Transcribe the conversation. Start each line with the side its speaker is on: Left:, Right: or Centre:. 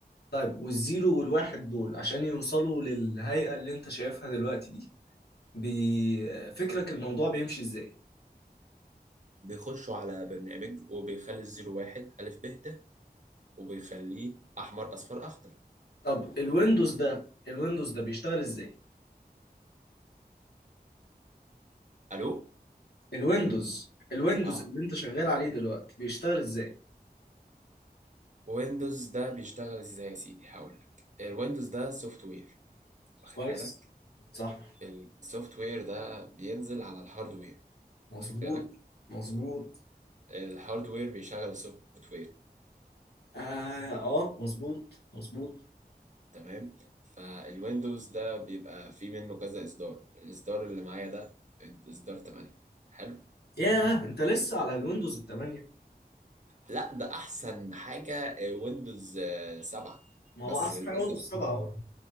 Left: طيب والزيرو والواحد دول عشان يوصلوا للهيئة اللي أنت شايفها دلوقتي دي بي... فكرك الموضوع بيمشي إزاي؟
Right: بيخشوا على برنامج وبيخلي الزيرو واحد ألف ب ت وبيخليه أحمر أصفر أخضر
Left: طب الويندوز ده الويندوز ده بيشتغل إزاي؟
Right: ألو؟
Left: الويندوز الويندوز
Right: آه
Left: اللي أنت شغال عليه دلوقتي بيشتغل إزاي؟
Right: ويندوز ده بيشتغل إزاي يا سيدي هقول لك الويندوز ده سوفت وير واخد
Left: كويس
Right: بالك
Left: صح
Right: السوفت وير ده بينزل على الهاردوير
Left: مظبوط
Right: واخد بالك
Left: مظبوط
Right: الهاردوير بيشغل السوفت وير
Left: اه اه مظبوط مظبوط
Right: تمام فالويندوز ده بيبقى فيه منه كذا اصدار الاصدار اللي معايا ده اصدار 8 حلو
Left: ياه انت لسه على الويندوز الثمانية
Right: لا ده احسن حاجه ويندوز 7
Left: ما
Right: بس
Left: هو احسن
Right: للاسف
Left: حاجه ويندوز 7 اهو